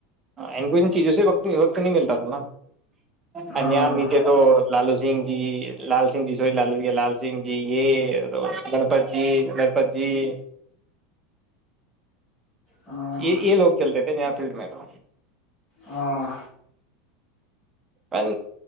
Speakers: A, on the right; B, on the left.
A: ان کو ان چیزوں سے وقت نہیں مل رہا تھا نا ا
B: ہاں
A: ناں نیچے تو لالو سن جی لال سن جی سو ل لو ہے لال سننھی یہ گنپت جی نرپت جی <unintelligible>
B: ہاں
A: یہ یہ لوگ چلتے تھے فلڈ میں تو
B: ہاں
A: پن